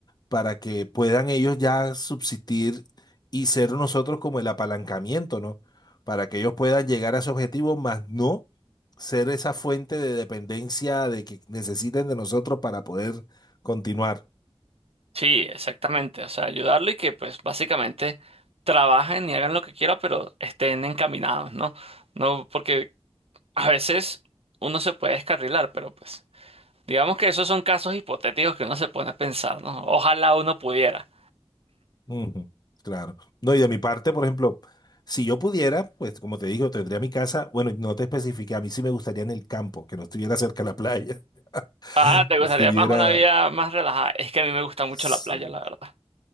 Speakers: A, on the left; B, on the right.
A: para que puedan ellos ya subsistir y ser nosotros como el apalancamiento, ¿no? Para que ellos puedan llegar a su objetivo, más no ser esa fuente de dependencia de que necesiten de nosotros para poder continuar.
B: Sí, exactamente. O sea, ayudarlo y que pues básicamente trabajen y hagan lo que quieran, pero estén encaminados, ¿no? No, porque a veces uno se puede descarrilar, pero pues digamos que esos son casos hipotéticos que uno se pone a pensar, ¿no? Ojalá uno pudiera.
A: Ujú, claro. No, y de mi parte, por ejemplo, si yo pudiera, pues como te digo, tendría mi casa, bueno, no te especifiqué, a mí sí me gustaría en el campo, que no estuviera cerca de la playa, <laughs>
B: Ah, ¿te gustaría
A: estuviera...
B: más una vida más relajada? Es que a mí me gusta mucho
A: sí,
B: la playa, la verdad.